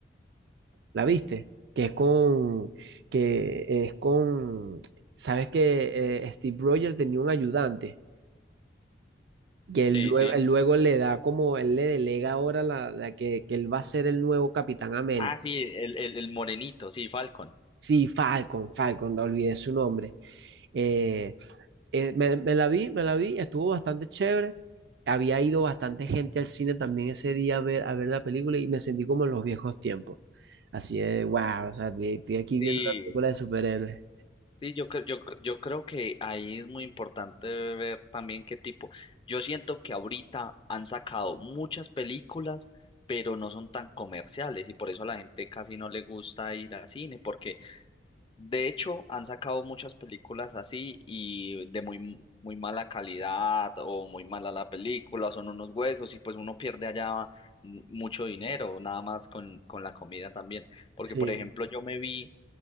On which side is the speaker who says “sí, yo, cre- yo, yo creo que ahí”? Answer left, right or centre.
Left